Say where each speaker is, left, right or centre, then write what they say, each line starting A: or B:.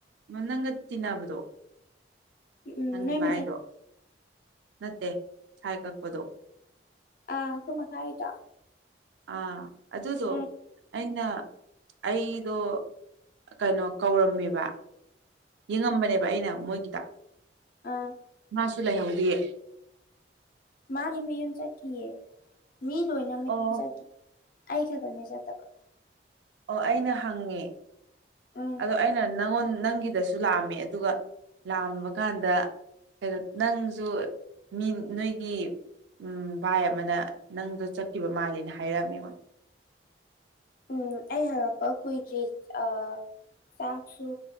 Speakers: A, on the right; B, on the left.
A: ꯅꯪꯒ ꯇꯤꯟꯅꯕꯗꯣ
B: ꯎꯝ
A: ꯅꯪꯒꯤ
B: ꯅꯣꯏ
A: ꯚꯥꯏꯗꯣ
B: ꯃꯊꯛ
A: ꯅꯠꯇꯦ ꯁꯥꯏ ꯀꯛꯄꯗꯣ
B: ꯑꯩꯈꯣꯏ ꯃꯈꯥꯒꯤꯗꯣ
A: ꯑꯥ ꯑꯗꯨꯗꯣ
B: ꯎꯝ
A: ꯑꯩꯅ ꯑꯩꯗꯣ ꯀꯩꯅꯣ ꯀꯧꯔꯝꯃꯦꯕ ꯌꯦꯡꯉꯝꯕꯅꯦꯕ ꯑꯩꯅ ꯃꯣꯏꯒꯤꯗ
B: ꯑꯥ
A: ꯃꯥꯁꯨ ꯂꯩꯍꯧꯗꯤꯌ‌‌ꯦ
B: ꯃꯥꯗꯤ ꯃꯌꯨꯝ ꯆꯠꯈꯤꯌꯦ ꯃꯤ ꯂꯣꯏꯅ ꯃꯌꯨꯝ
A: ꯑꯣ
B: ꯆꯠꯈꯤ ꯑꯩ ꯈꯛꯇꯅꯦ ꯆꯠꯇꯕ
A: ꯑꯣ ꯑꯩꯅ ꯍꯪꯉꯦ
B: ꯎꯝ
A: ꯑꯗꯣ ꯑꯩꯅ ꯅꯪꯉꯣꯟ ꯅꯪꯒꯤꯗꯁꯨ ꯁꯨ ꯂꯥꯑꯝꯃꯦ ꯑꯗꯨꯒ ꯂꯥꯝꯕ ꯀꯥꯟꯗ ꯀꯩꯅꯣ ꯅꯪꯖꯨ ꯃꯤ ꯅꯣꯏꯒꯤ ꯎꯝ ꯚꯥꯏ ꯑꯃꯅ ꯅꯪꯗꯣ ꯆꯠꯈꯤꯕ ꯃꯥꯜꯂ‌ꯦꯅ ꯍꯥꯏꯔꯛꯑꯝꯃꯦ ꯑꯩꯉ‌ꯣꯟꯗ
B: ꯎꯝ ꯑꯩ ꯍꯂꯛꯄ ꯀꯨꯏꯗ꯭ꯔꯤ ꯑ ꯆꯥꯛꯁꯨ